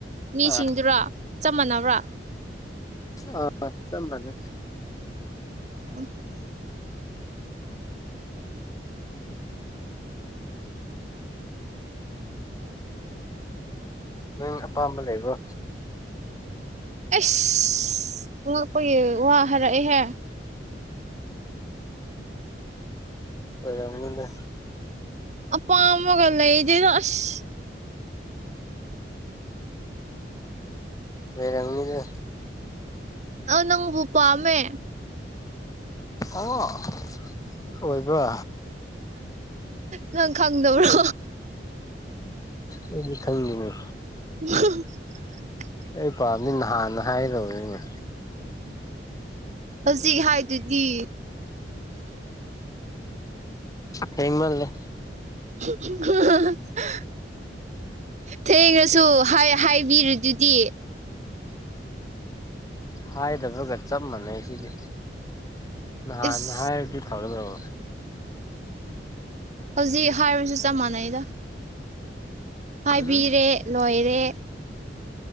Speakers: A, on the right; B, on the left.
A: ꯃꯤꯁꯤꯡꯗꯨꯔꯥ
B: ꯑꯥ
A: ꯆꯞ ꯃꯥꯟꯅꯕ꯭ꯔꯥ
B: ꯑ ꯆꯞ ꯃꯥꯟꯅꯩ
A: <unintelligible>
B: ꯅꯪ ꯑꯄꯥꯝꯕ ꯂꯩꯕ꯭ꯔꯣ
A: ꯑꯁ ꯉꯛꯄꯒꯤ ꯋꯥ ꯍꯥꯏꯔꯛꯑꯦꯍꯦ
B: ꯑꯣꯏꯔꯝꯅꯤꯅꯦ
A: ꯑꯄꯥꯝꯕꯒ ꯂꯩꯗꯦꯗ ꯑꯁ
B: ꯂꯩꯔꯝꯅꯤꯗ
A: ꯑ ꯅꯪꯕꯨ ꯄꯥꯝꯃꯦ
B: ꯑꯣ ꯑꯣꯏꯕ
A: ꯅꯪ ꯈꯪꯗꯕꯔꯣ
B: ꯑꯩꯗꯤ ꯈꯪꯗꯦꯅꯦ
A: <unintelligible>
B: ꯑꯩ ꯄꯥꯝꯗꯤ ꯅꯍꯥꯟꯅ ꯍꯥꯏꯒꯅꯤꯅꯦ
A: ꯍꯧꯖꯤꯛ ꯍꯥꯏꯗꯨꯗꯤ
B: ꯊꯦꯡꯃꯜꯂꯦ
A: <unintelligible> ꯊꯦꯡꯉꯁꯨ ꯍꯥꯏ ꯍꯥꯏꯕꯤꯔꯗꯨꯗꯤ
B: ꯍꯥꯏꯗꯕꯒ ꯆꯞ ꯃꯥꯟꯅꯩꯁꯤꯗꯤ ꯅꯍꯥꯟꯅ
A: ꯏꯁ
B: ꯍꯥꯏꯔꯗꯤ ꯐꯒꯗꯕ
A: ꯍꯧꯖꯤꯛ ꯍꯥꯏꯔꯁꯨ ꯆꯞ ꯃꯥꯟꯅꯩꯗ ꯍꯥꯏꯕꯤꯔꯦ
B: ꯎꯝ
A: ꯂꯣꯏꯔꯦ